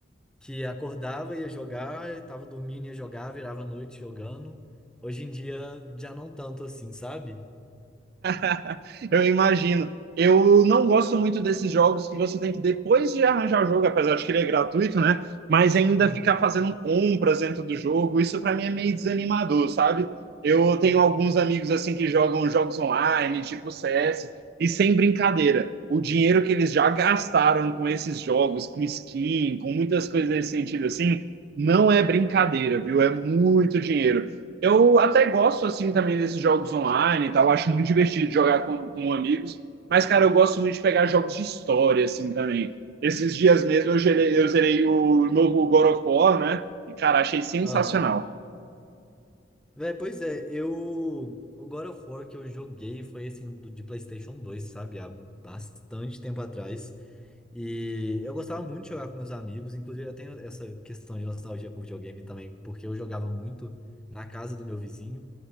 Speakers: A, in the centre; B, on the right.
A: que acordava, ia jogar, tava dormindo, ia jogar, virava a noite jogando. Hoje em dia já não tanto assim, sabe?
B: <laughs> Eu imagino. Eu não gosto muito desses jogos que você tem que, depois de arranjar o jogo, apesar de que ele é gratuito, né? Mas ainda
A: Hum.
B: ficar fazendo compras dentro do jogo. Isso para mim é meio desanimador, sabe? Eu tenho alguns amigos assim que jogam jogos online, tipo CS, e sem brincadeira, o dinheiro que eles já gastaram com esses jogos, com skin, com muitas coisas nesse sentido assim, não é brincadeira, viu? É muito dinheiro eu até gosto, assim, também desses jogos online e tal. Acho muito divertido jogar com, com amigos. Mas, cara, eu gosto muito de pegar jogos de história, assim, também. Esses dias mesmo eu zerei, eu zerei o novo God of War, né? E, cara, achei sensacional.
A: Aham. Véi, pois é, eu. O God of War que eu joguei foi assim, do, de PlayStation 2, sabe? Há bastante tempo atrás. E eu gostava muito de jogar com meus amigos, inclusive eu tenho essa questão de nostalgia com videogame também, porque eu jogava muito na casa do meu vizinho.